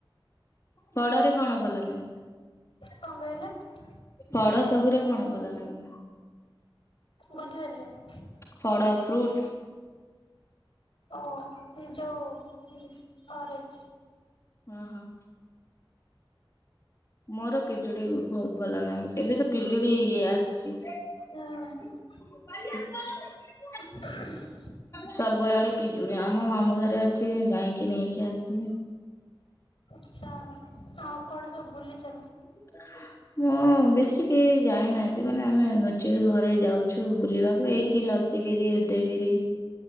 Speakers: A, on the left; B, on the left.
A: ପଡରେ କଣ ଭଲ ନାହିଁ?
B: କଣ କହିଲେ?
A: ଫଡ଼ ସବୁରେ କଣ ଭଲନାଗେ?
B: ବୁଝିପାରିଲିନି?
A: ଫଡ଼ ଫ୍ରୁଟ୍ସ୍?
B: ଓ ଯୋଉ ଅରେଞ୍ଜ୍।
A: ଓ ହୋ। ମୋର ପିଜୁଡି ବହୁତ ଭଲ ନାଗେ ଏବେ ତ ପିଜୁଡି ବି ଆସିଚି।
B: ନାଁ।
A: <inaudible>
B: ହ <unintelligible>
A: ସବୁଆଡେ ପିଜୁଡି ଆମ ମାମୁଁ ଘରେ ଅଛି ଯାଇଁକି ନେଇକି ଆସିବି।
B: ଆଛା। ଆଉ କୁଆଡେ ସବୁ ବୁଲିଚନ୍ତି?
A: <inaudible> <unintelligible> ମୁଁ ବେଶୀ କେହି ଯାଇନାହାନ୍ତି ମାନେ ଆମେ ନଜକୁ ଘରେ ଯାଉଚୁ ବୁଲିବାକୁ ଏଇଠି ଲ ତି ଗିରି ଉଦୟଗିରି